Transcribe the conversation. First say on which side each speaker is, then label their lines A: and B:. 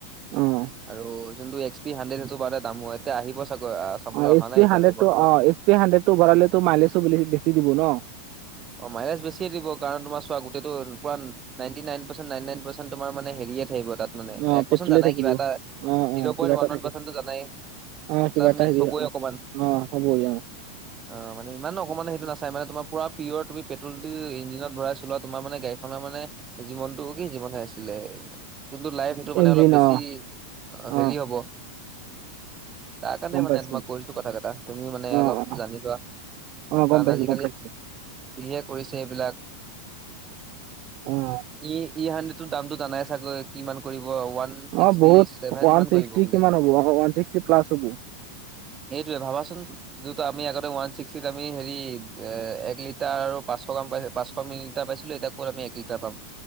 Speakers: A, on the right (about 40°); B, on the right (about 25°).
A: অ',
B: আৰু যোনটো এক্স পি হাণ্ড্ৰড সেইটো বাৰু দামো হ'ব, এতিয়া আহিব চাগৈ। চাবলৈ
A: অ' এচ
B: অহা নাই
A: পি
B: এতিয়ালৈকে
A: হাণ্ড্ৰডটো
B: বৰ্তমান।
A: অ' এচ পি হাণ্ড্ৰেড টো ভৰালে তো মাইলেজটো বেছি দিব ন?
B: অ' মাইলেজ বেছিয়ে দিব, কাৰণ তোমাৰ চোৱা গোটেইটো পুৰা ন ninety nine percent nine percent তোমাৰ মানে হেৰিয়ে থাকিব তাত।
A: অ',
B: এক
A: পেট্ৰলে
B: পাৰ্চেণ্ট জানাই
A: থাকিব।
B: কিবা
A: অ',
B: এটা জিৰ
A: অ',
B: পয়েন্ত
A: কিবা এটা
B: 'ওৱান ওৱান
A: থাকে
B: টো পাৰ্চেণ্ট জানাই
A: অ' কিবা এটা
B: মিক্স
A: হেৰি
B: হ'বই
A: অ'
B: অকণমান
A: অ' হ'ব অ'
B: অ' মানে ইমান অকমানো সেইটো নাছাই, মানে তোমাৰ পুৰা পিয়ৰ তুমি পেট্ৰলটো ইঞ্জিনত ভৰাই চলোৱা তোমাৰ গড়ীখনৰ মানে জীৱনটো কি জীৱনহে আছিলে যোনটো লাইফ সেইটো মানে
A: ইঞ্জিন
B: অলপ বেছি
A: অ', অ',
B: হেৰি হব। তাৰ কাৰণে
A: গম
B: মানে
A: পাইছো
B: তোমাক কৈছো কথা কেইটা, তুমি মানে
A: অ',
B: অলপ
A: অ',
B: জানি লোৱা।
A: অ'
B: কাৰণ
A: গ'ম পাইছো
B: আজিকালি
A: গ'ম পাইছো।
B: যিহে কৰিছে এইবিলাক
A: অ',
B: ই ই হাণ্ড্ৰেড দামটো জানাই চাগৈ কিমান ওৱান ছিক্সটি
A: অ', বহুত
B: চেভেন
A: ওৱান
B: মান
A: ছিক্সটি
B: পৰিব বোলে।
A: কিমান হ'ব ওৱান ছিক্সটি প্লাছ হ'ব
B: এইটোৱে ভাবাচোন, যিটো আমি আগতে ওৱান ছিক্সটিত আমি হেৰি এক লি টাৰ আৰু পাঁচশ গ্ৰাম পাঁচশ মিলি লিটাৰ পাইছিলো এতিয়া ক'ত আমি এক লিটাৰ পাম।